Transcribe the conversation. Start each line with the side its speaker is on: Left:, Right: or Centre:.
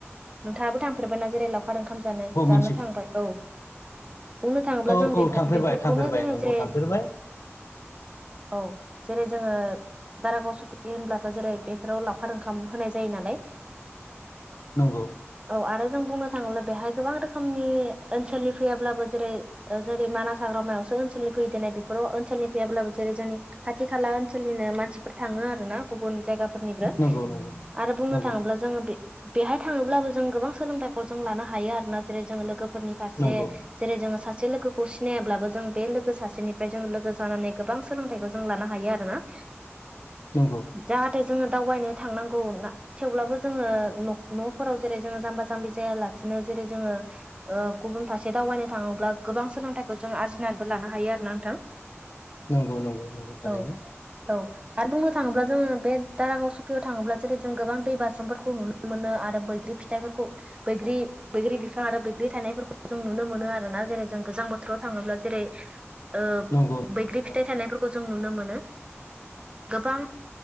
Right: नोंथाङाबो थांफेरबाय ना जेरै लाव लावखार ओंखाम जानो
Left: औ
Right: जानो
Left: मोनथिगौ
Right: थांबाय औ। बुंनो थाङोब्ला
Left: औ
Right: जों बेफे
Left: औ थांफेरबाय
Right: बेफोरखौनो
Left: थांफेरबाय
Right: जोङो
Left: नंगौ
Right: जे
Left: थांफेरबाय
Right: औ जेरै जोङो दारागाव स'खि होनब्लाथ' जेरै बेफोराव लावखार ओंखाम होनाय जायो नालाय
Left: नंगौ।
Right: औ आरो जों बुंनो थाङोब्ला बेहाय गोबां रोखोमनि ओनसोलनि फैयाब्लाबो जेरै जेरै मानास हाग्रामायावसो ओनसोलनि फैेयो देनाय बेफोर ओनसोलनि फैया ब्लाबो जेरै जोंनि खाथि खालानिनो मानसिफोर थाङो आरो ना गुबुन जायगा फोरनिब्रो
Left: नंगौ नंगौ
Right: आरो बुंनो
Left: नंगौ
Right: थाङोब्ला जोङो बे बेहाय थाङोब्लाबो जों गोबां सोलोंथाइ जों लानो हायो आरो ना जेरै जोंङो लोगोफोरनि फारसे
Left: नंगौ
Right: जेरै जोङो सासे लोगोखौ सिनायाब्लाबो जों बे लोगो सासेनिफ्राय जों लोगो जानानै गोबां सोलोंथाइखौ जों लानो हायो आरोना।
Left: नंगौ।
Right: जाहाथे जोङो दावबायनो थांनांगौ ना थेवब्लाबो जोङो न' न'फोराव जेरै जोङो जाम्बा ज' जाम्बि जायालासिनो जेरै जोङो ओ गुबुन फारसे दावबायनो थाङोब्ला गोबां सोलोंथाइखौ जों आरजिनानैबो लानो हायो आरो ना नोंथां।
Left: नंगौ नंगौ नंगौ थारैनो।
Right: औ औ आरो बुंनो थाङोब्ला जोङो बे दारागाव सुकियाव थाङोब्ला जेरै जों गोबां दै बाज्रुफोरखौ नुनो मोनो आरो बैग्रि फिथाइफोरखौ बैग्रि बैग्रि बिफां आरो बैग्रि थनायफोरखौ जों नुनो मोनो आरो ना जेरै जों गोजां बोथोराव थाङोब्ला जेरै ओ
Left: नंगौ
Right: बैग्रि फि
Left: औ
Right: फिथाइ थानायफोरखौ जों नुनो मोनो गोबां